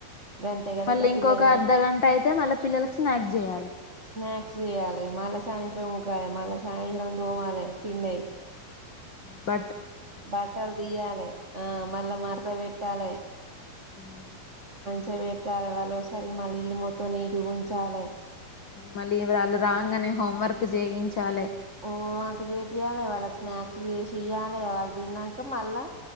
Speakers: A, on the right; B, on the left.
A: గంతే కదా
B: మళ్ళీ
A: ఇగ
B: ఇంకొక
A: పిల్లల్ని
B: అర్ధగంట అయితే మళ్ళీ పిల్లలకి స్నాక్స్ జేయాలి
A: స్నాక్స్ జేయాలి మళ్ళ సాయంత్రం ఊకాలే మళ సాయంత్రం దోమాలి తిన్నై
B: బ
A: బట్టలు దియ్యాలి ఆ మళ్ళా మరత వెట్టాలె
B: మ్మ్
A: చవెట్టాలి వాళ్ళు వచ్చేసరికి మళ్ళీ ఇల్లు మొత్తం నీటిగ ఉంచాలె
B: మళ్ళీ వ్రాళ్ళు రాగాన్నే హోం వర్క్ జేయించాలె
A: హోమ్ వర్క్ జేపియాలి వాళ్ళకి స్నాక్స్ జేసియ్యాలి వాళ్ళు దిన్నాక మళ్ళా